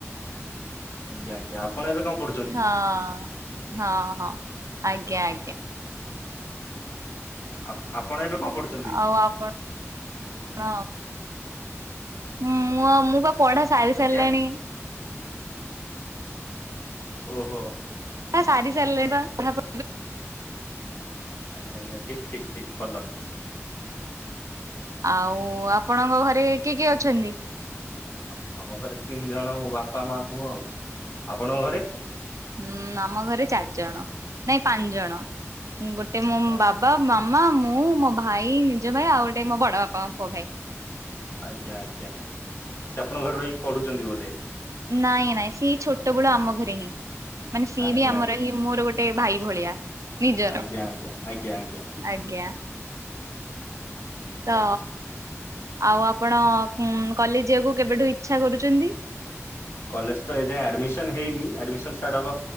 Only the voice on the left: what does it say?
ଆଜ୍ଞା ଆଜ୍ଞା ଆପଣ ଏବେ କଣ ପଢୁ
ଆପ ଆପ ଆପଣ ଏବେ କଣ ପଢୁଛନ୍ତି?
ଆଜ୍ଞା ଓହୋ।
ଆଜ୍ଞା ଆଜ୍ଞା ଠିକ୍ ଠିକ୍ ଠିକ୍ ଭଲ।
ଆ ଆମ ଘରେ ତିନି ଜଣ ମୋ ବାପା, ମାଆ, ମୁଁ ଆଉ। ଆପଣଙ୍କ ଘରେ?
ଆଜ୍ଞା ଆଜ୍ଞା
ଆଜ୍ଞା ଆଜ୍ଞା ସେ ଆପଣଙ୍କ ଘରେ ରହିି ପଢୁଛନ୍ତି ବୋଧେ?
ଆଜ୍ଞା
ଆଜ୍ଞା
ଆଜ୍ଞ ଆଜ୍ଞା ଆଜ୍ଞା ଆଜ୍ଞା।
ଆଜ୍ଞା
କଲେଜ୍ ତ ଏଯାଁଏ ଆଡମିସନ ହେଇନି। ଆଡମିସନ ଷ୍ଟାର୍ଟ ହବ